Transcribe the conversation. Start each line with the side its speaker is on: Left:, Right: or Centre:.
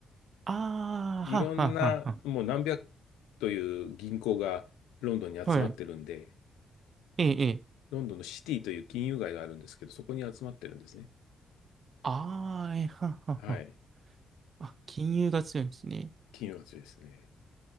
Right: ああ、
Left: いろんな、
Right: はっはっはっは
Left: もう何百という銀行がロンドンに集まってるんで、
Right: はい。ええ、ええ。
Left: ロンドンのシティという金融街があるんですけど、そこに集まってるんですね。
Right: ああ、え、はんはんはん。
Left: はい。
Right: あ、金融が強いんですね。
Left: 金融街ですね。